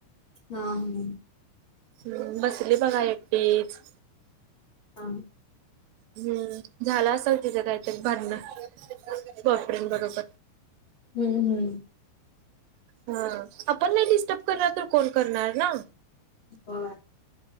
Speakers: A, on the left; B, on the right.
A: हा हम्
B: हम्म बसली बघा एकटीच
A: हा.
B: हम्म झाला असाल तिचं काय तरी भांडण बॉपरन बरोबर
A: हम्म हम्म
B: हा आपण नाही डिस्टर्ब करणार तर कोल करणार ना
A: बर